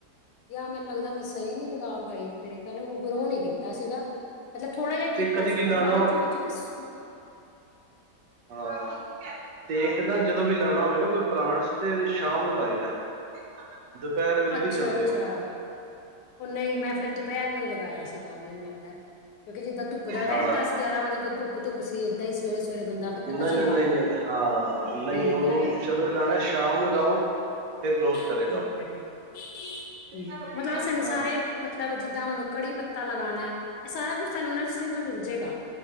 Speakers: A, on the left; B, on the right.
A: ਯਾ ਮੈਨੂੰ ਲੱਗਦਾ, ਮੈਂ ਸਈ ਨਈ ਲਗਾ ਪਾਈ, ਮੇਰੇ ਖਿਆਲ ਨਾਲ ਓ ਗਰੋ ਨਈ ਕੀਤਾ ਸੀਗਾ। ਮਤਲਬ ਥੋੜਾ ਜੇਹਾ ਕੀਤਾ
B: ਤੇ ਕਦੇ
A: ਸੀ,
B: ਵੀ ਲਾਣਾ
A: ਪਰ ਬਾਅਦ ਚੋਂ ਵਿੱਚ ਨਾ ਸੁੱਕ
B: ਹਾਂ, ਤੇ ਇੱਕ ਨਾ ਜਦੋਂ ਵੀ ਲਾਣਾ ਹੋਵੇ ਨਾ ਕੋਈ ਪਲਾਂਟਸ, ਤੇ ਸ਼ਾਮ ਨੂੰ ਲਾਈ ਦਾ। ਦਪੈਰ ਵੇਲੇ
A: ਅੱਛਾ-ਅੱਛਾ
B: ਨਈ ਚੱਲਦੇ ਔਹ।
A: ਉਹ ਨਈ, ਮੈਂ ਫਿਰ ਦੁਪੈਰ ਨੂੰ ਈ ਲਗਾਇਆ ਸੀਗਾ, ਉਹ ਮੈਨੂੰ ਲੱਗਦਾ ਏ, ਕਿਉਂਕਿ ਜਿੱਦਾਂ ਤੁੱਪ ਦਾ ਟੈਮ,
B: ਹਾਂ
A: ਦਸ ਗਿਆਰਾਂ ਵਜੇ ਕ ਤੁੱਪ-ਤੁੱਪ ਸੀ, ਏਦਾਂ ਈ ਸਵੇਰੇ-ਸਵੇਰੇ ਬੰਦਾ ਫਿਰ ਕਹਿੰਦਾ
B: ਨਈ-ਨਈ-ਨਈ-ਨਈ
A: ਚੱਲ ਲਾ ਦਾ।
B: ਹਾਂ, ਨਈ
A: ਠੀਕ
B: ਉਹਨੂੰ
A: ਹੈ ਉਹ
B: ਜਦੋਂ ਵੀ ਲਾਣਾ ਏ, ਸ਼ਾਮ ਨੂੰ ਲਾਓ। ਫੇਰ ਗਰੋਥ ਕਰੇਗਾ।
A: ਠੀਕ ਹੈ ਠੀਕ ਠੀਕ
B: <unintelligible>
A: ਮਤਲਬ ਸਾਨੂੰ ਸਾਰੇ ਮਤਲਬ ਜਿੱਦਾਂ ਹੁਣ ਕੜੀ ਪੱਤਾ ਲਗਾਣਾ ਐ, ਏਹ ਸਾਰਾ ਕੁਛ ਸਾਨੂੰ ਨਸ਼ ਤੋਂ ਮਿਲ ਜੇਗਾ।